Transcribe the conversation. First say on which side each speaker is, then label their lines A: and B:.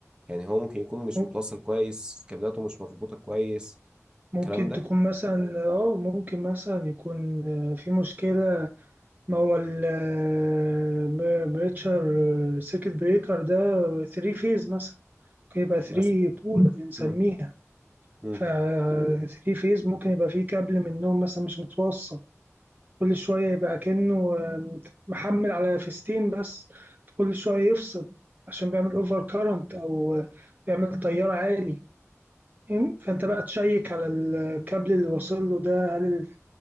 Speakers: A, on the right (about 15°); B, on the right (about 35°).
A: يعني هو ممكن يكون مش
B: م-
A: متوصل كويس كابلاته مش مربوطة كويس
B: ممكن
A: الكلام ده
B: تكون مثلا اه ممكن مثلا يكون آه، في مشكلة ما هو البريتشر سيركت بريكر ده 3 فيز مثلا ممكن يبقى 3
A: مثلا
B: بول بنسميها
A: مم. مم.
B: ف 3 فيز ممكن يبقى فيه كابل منهم مثلا مش متوصل كل شوية يبقى كأنه مت- محمل على فيستين بس كل شوية يفصل عشان بيعمل اوفر كارنت أو بيعمل تيار عالي فاهم؟ فأنت بقى تشيك على الكابل اللي واصل له ده هل ال-